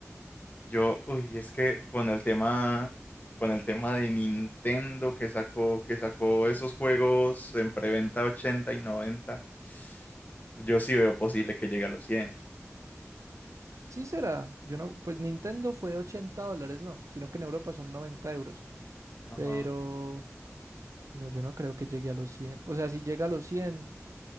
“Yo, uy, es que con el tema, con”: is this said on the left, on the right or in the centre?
Left